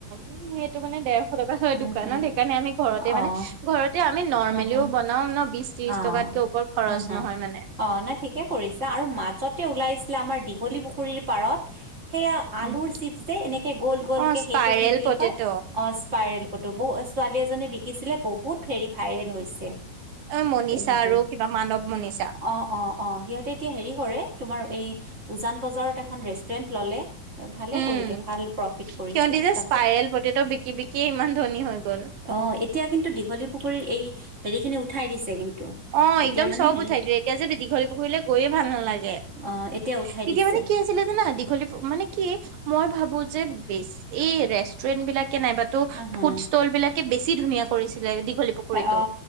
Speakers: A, on the right; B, on the right.
A: উম সেইটো মানে ডেৰশ টকা হয়
B: উম,
A: দোকানত
B: হুম,
A: সেইকাৰণে আমি ঘৰতে
B: অ',
A: মানে ঘৰতে আমি নৰৰ্মেলিও
B: হুম, হুম,
A: বনাও ন বিচ ত্ৰিশ
B: অ',
A: টকাতকৈ ওপৰত খৰচ
B: হুম, হুম,
A: নহয় মানে
B: অ', নাই ঠিকে কৰিছো আৰু মাজতে ওলাইছিলে আমাৰ দীঘলী পুখুৰীৰ পাৰত সেইয়া আলুৰ
A: উম
B: চিপছ যে এনেকে গ'ল গ'ল
A: অ
B: কে
A: স্পাইৰেল
B: সেইটো কি বুলি
A: পটেট
B: কয় অ স্পাইৰেল পটো <unintelligible> ছোৱালী এজনীয়ে বিকিছিলে বহুত হেৰি ভাইৰেল হৈছে
A: অ মনিষা
B: তেনেকে
A: আৰু কিবা মানৱ মনিষা
B: অ অ অ সিহঁতে এতিয়া হেৰি কৰে তোমাৰ এই উজান বজাৰত এখন ৰেষ্টুৰেণ্ট ল'লে ভালে
A: উম
B: কৰিলে ভাল প্ৰফিট
A: সিহতি
B: কৰিছে
A: যে
B: তাতে
A: স্পাইৰেল প্ৰতিটো বিকি বিকিয়ে ইমান ধনী হৈ গ'ল।
B: অ এতিয়া কিন্তু দীঘলী পুখুৰীৰ এই হেৰি খিনি উঠাই দিছে। কিন্তু
A: অ
B: এতিয়া
A: একদম
B: মানে
A: চব
B: হেৰি
A: উঠাই দিলোে এতিয়া যে দীঘলী পুখুৰীলৈ গৈয়ে ভাল নালাগে।
B: অ এতিয়া উঠাই
A: তেতিয়া
B: দিছে
A: মানে কি আছিলে জানা দীঘলী পুখুৰীৰ মানে কি মই ভাবো যে ব এই ৰেষ্টুৰেন্ট বিলাক। নাইবাতো
B: হা, হা।
A: ফুড ষ্টল বিলাকে বেছি ধুনীয়া কৰিছিলে দীঘলী পুখুৰীতটো
B: অ